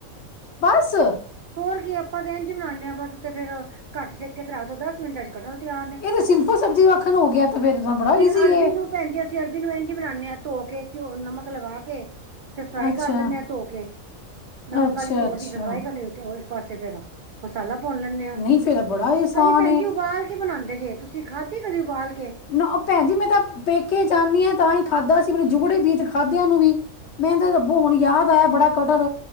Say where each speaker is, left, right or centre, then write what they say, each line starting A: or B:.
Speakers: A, on the left; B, on the right.
A: ਬੱਸ
B: ਹੋਰ ਕੀ ਆਪਾਂ ਤੇ ਇੰਝ ਈ ਬਣਾਨੇ ਆਂ ਬਸ ਤੇ ਫੇਰ ਘੱਟ ਸੇਕੇ ਤੇ ਰੱਖ ਦੋ ਦਸ ਮਿੰਟਾਂ ਚ ਕਟਲ ਤਿਆਰ ਨੇ
A: ਤਾਂ ਸਿੰਪਲ ਸਬਜ਼ੀ ਵਾਕਣ ਹੋ ਗਿਆ ਤੇ ਫੇਰ ਤਾਂ ਬੜਾ
B: ਜਿਵੇਂ
A: ਈਜ਼ੀ
B: ਅਰਬੀ
A: ਹੈ
B: ਨੂੰ ਭੈਣ ਜੀ ਅਸੀ ਅਰਬੀ ਨੂੰ ਐਂਝੀ ਬਣਾਨੇ ਆਂ ਧੋ ਕੇ ਨਮਕ ਲਗਾ ਕੇ ਫੇਰ ਫਰਾਈ
A: ਅੱਛਾ
B: ਕਰ ਦੇਨੇ ਆ ਧੋ ਕੇ ਨਮਕ
A: ਅੱਛਾ
B: ਆਲੀ ਧੋ
A: ਅੱਛਾ
B: ਤੀ ਤੇ ਫਰਾਈ ਕਰ ਲੀਓ ਇੱਕ ਪਾਸੇ ਫੇਰ ਮਸਾਲਾ ਭੋਨ ਲੈਨੇ ਆਂ
A: ਨਹੀਂ ਫੇਰ ਤਾਂ ਬੜਾ ਆਸਾਨ
B: ਕਈ ਭੈਂ
A: ਏ
B: ਉਬਾਲ ਕੇ ਬਨਾਂਦੇ ਜੇ ਤੁਸੀ ਖਾਧੀ ਕਦੀ ਉਬਾਲ ਕੇ?
A: ਨਾ ਭੈਣ ਜੀ ਮੈਂ ਤਾਂ ਪੇਕੇ ਜਾਨੀ ਆਂ ਤਾਂ ਈ ਖਾਧਾ ਸੀ ਮੈਨੂੰ ਜੁਗੜੇ ਬੀਤ ਖਾਦਿਆਂ ਨੂੰ ਵੀ। ਮੇਨ ਤੇ ਰੱਬੋ ਹੁਣ ਯਾਦ ਆਇਆ ਬੜਾ ਕਟਰ